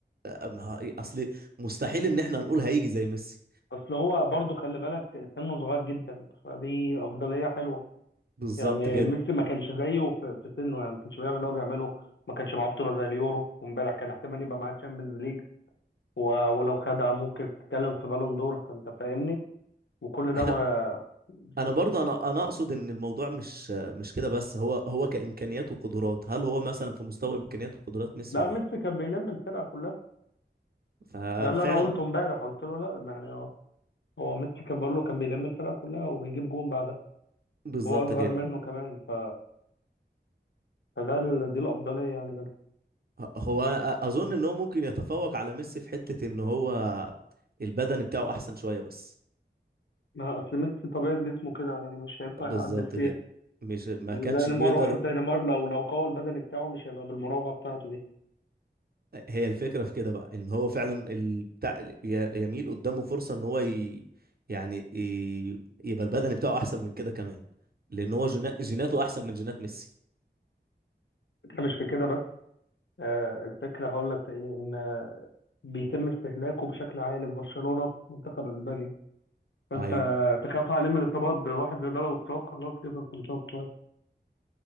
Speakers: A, on the right; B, on the left.
A: أما- اصل مستحيل ان احنا هنقول هيجي زي ميسي
B: اصل هو برضه خلي بالك سنه صغير جدا فدي افضلية حلوة
A: بالظبط
B: يعني
A: كده
B: ميسي ما كانش زيه في, في سنه يعني ما كانش بيعمل اللي هو بيعمله ما كانش معاه بطولة زي اليورو وامبارح كان احتمال يبقى معاه تشامبيونز ليج و- ولو خدها ممكن تتكلم في بالون دور فانت فاهمني وكل ده
A: احنا
B: ما
A: انا
B: بت-
A: برضه انا انا اقصد ان الموضوع مش مش كده بس هو هو كامكانيات وقدرات هل هو مثلا في مستوى امكانيات وقدرات ميسي
B: لا
A: ولا
B: ميسي
A: لا
B: كان بيلم الفرقة كلها
A: ففعلا
B: ده اللي انا قلته امبارح قلت له لا يعني هو هو ميسي كان بقول له كان بيلم الفرقة كلها وبيجيب جون بعدها
A: بالظبط
B: هو اصغر
A: كده
B: منه كمان ف... فده ال... دي الافضليه يعني بينهم
A: ه- هو أ- اظن ان هو ممكن يتفوق على ميسي في حتة ان هو البدن بتاعه احسن شوية بس
B: ما اصل ميسي طبيعه جسمه كده يعني مش هينفع
A: بالظبط
B: يعدل فيها
A: كده مش ما
B: يعني
A: كانش
B: زي نيمار
A: بيقدر
B: واحد زي نيمار لو لو قوى البدني بتاعه مش هيبقى بالمراوغه بتاعته دي
A: هي الفكرة في كده بقى ان هو فعلا ال... بتاع ي- يميل قدامه فرصة ان هو ي... يعني ي... يبقى البدن بتاعه احسن من كده كمان لان هو جينا- جيناته احسن من جينات ميسي
B: الفكره مش في كده بس آه الفكره هقول لك في ايه ان بيتم استهلاكه بشكل عالي في برشلونه في منتخب اسبانيا فانت
A: ايوه
B: تخاف عليه من الاصابات واحد زي ده لو اتصاب خلاص كده كل شويه بتوعد.